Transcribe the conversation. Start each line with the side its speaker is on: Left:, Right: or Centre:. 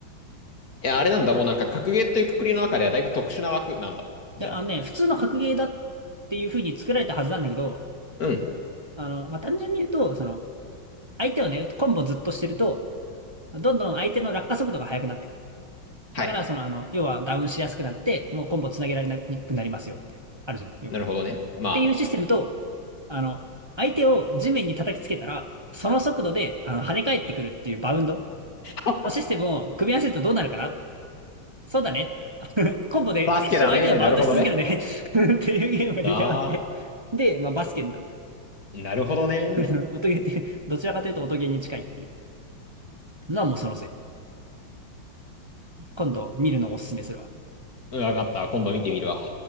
Left: いや、あれなんだ、もうなんか格ゲーという括りの中ではだいぶ特殊な枠なんだ。じゃあ、
Right: いやあのね、普通の格ゲーだっていう風に作られたはずなんだけど、
Left: うん、
Right: あの、まあ単純に言うと、その、相手をね、コンボずっとしてると、どんどん相手の落下速度が速くなってくる。
Left: はい。
Right: だから、その、あの、要はダウンしやすくなって、もうコンボつなげられにくくなりますよって。あるじゃん、よくある。
Left: なるほどね。
Right: っていうシステムと、
Left: ま
Right: あの、相手を地面に叩きつけたら、その速度で、あの、跳ね返ってくるっていうバウンド
Left: あ、あ
Right: のシステムを組み合わせるとどうなるかなそうだね。コンボで一生相手がバウンドし続けるね
Left: バスケだね。なるほどね。
Right: <laughs> っていうゲームが出来上がって。
Left: だ、
Right: で、まあ、バスケになった。
Left: なるほどね。
Right: <laughs> 音ゲーって、どちらかというと音ゲーに近いっていうのはもうそのせい。今度見るのをおすすめするわ。
Left: うん、わかった。今度見てみるわ。